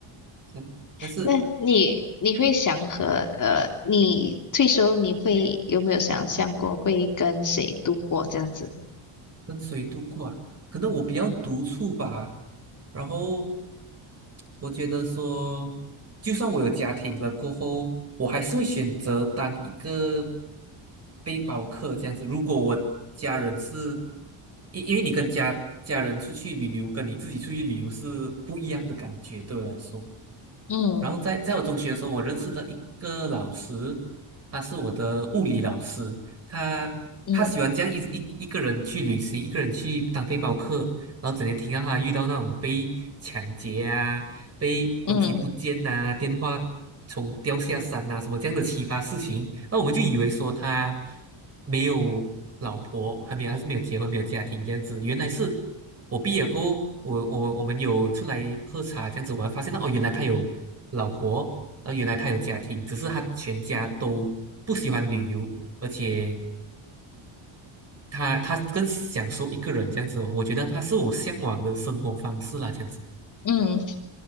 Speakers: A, on the right; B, on the left.
A: 嗯，但是。
B: 那你你会想和呃，你退休你会有没有想象过会跟谁度过这样子？
A: 跟谁度过啊？可能我比较独处吧。然后我觉得说，就算我有家庭了过后，我还是会选择当一个背包客这样子。如果我家人是，因因为你跟家家人出去旅游，跟你自己出去旅游是不一样的感觉，对我来说。
B: 嗯
A: 然后在在我中学的时候，我认识了一个老师，他是我的物理老师，他他喜欢这样一一一个人去旅行，
B: 嗯
A: 一个人去当背包客，然后整天听到他遇到那种被抢劫啊、被东西不见呐、
B: 嗯
A: 电话从掉下山啊什么这样的奇葩事情，那我们就以为说他没有老婆，还没有，还是没有结婚，没有家庭这样子，原来是。我毕业过后我我我们有出来喝茶这样子我还发现到哦，原来他有老婆，呃，原来他有家庭，只是他全家都不喜欢旅游，而且他他更享受一个人这样子哦。我觉得他是我向往的生活方式啦，这样子。
B: 嗯，